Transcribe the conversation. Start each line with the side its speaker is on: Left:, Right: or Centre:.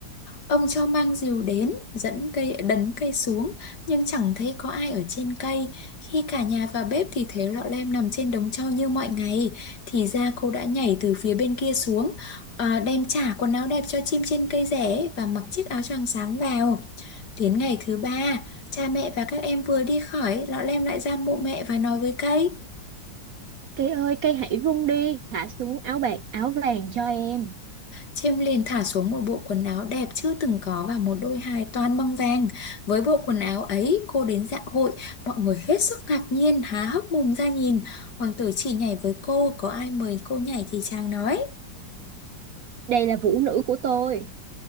Left: Ông cho mang rìu đến, dẫn cây đấn cây xuống, nhưng chẳng thấy có ai ở trên cây. Khi cả nhà vào bếp thì thấy lọ lem nằm trên đống tro như mọi ngày. Thì ra cô đã nhảy từ phía bên kia xuống, à, đem trả quần áo đẹp cho chim trên cây rẻ và mặc chiếc áo choàng xám vào. Đến ngày thứ ba, cha mẹ và các em vừa đi khỏi, lọ lem lại ra mộ mẹ và nói với cây.
Right: Cây ơi, cây hãy rung đi, thả xuống áo bạc áo vàng cho em.
Left: Chiêm liền thả xuống một bộ quần áo đẹp chưa từng có và một đôi hài toàn bằng vàng. Với bộ quần áo ấy, cô đến dạ hội, mọi người hết sức ngạc nhiên, há hốc mồm ra nhìn. Hoàng tử chỉ nhảy với cô, có ai mời cô nhảy thì chàng nói.
Right: Đây là vũ nữ của tôi.